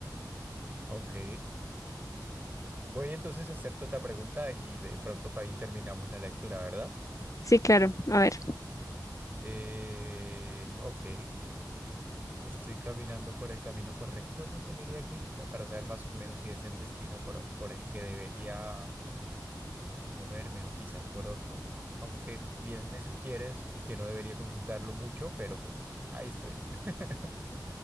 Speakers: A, on the right (about 25°); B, on the left (about 45°).
A: Ok. Voy entonces a hacerte otra pregunta y de pronto ahí terminamos la lectura, ¿verdad?
B: Sí, claro. A ver.
A: Eh, ok. Estoy caminando por el camino correcto en ingeniería química para saber más o menos si es el destino por, por el que debería moverme o quizás por otro. Aunque bien me sugieres que no debería consultarlo mucho, pero pues ahí estoy. <laughs>